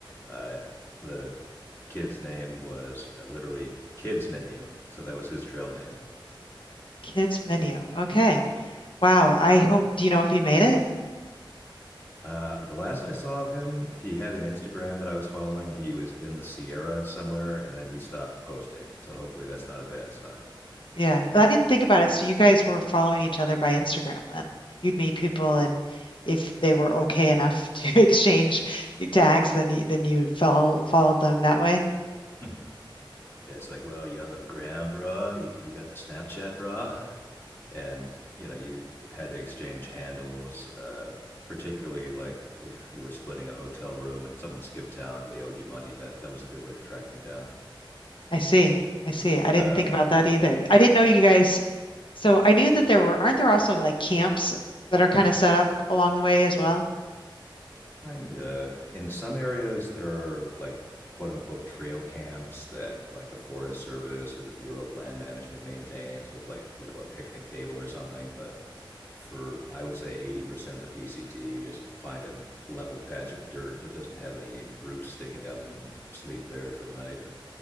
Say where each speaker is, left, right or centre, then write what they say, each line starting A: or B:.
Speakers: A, on the left; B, on the left.
A: uh, the kid's name was uh, literally kids menu so that was his trail name
B: Kids menu. Okay. Wow. I hope, do you know if he made it?
A: Uh, the last I saw of him, he had an Instagram that I was following. He was in the Sierra somewhere, and then he stopped posting. So hopefully that's not a bad sign.
B: Yeah. I didn't think about it. So you guys were following each other by Instagram then. You'd meet people and if they were okay enough to <laughs> exchange tags, then you, then you follow, followed them that way.
A: Mhm. Yeah, it's like, well, you on the gram, bruh? You you got the Snapchat, bruh? and you know you had to exchange handles uh particularly like if you were splitting a hotel room and someone skipped town and they owed you money that that was a good way to track them down
B: I see. I see. I didn't
A: uh
B: think about that either. I didn't know you guys. So I knew that there were, aren't there also like camps that are kind of set up along the way as well?
A: kind of in some areas there are like quote unquote trail camps that like the forest service or the bureau of land management maintains with like you know a picnic table or something but for i would say 80% of the pct you just find a level patch of dirt that doesn't have any roots sticking up and sleep there for the night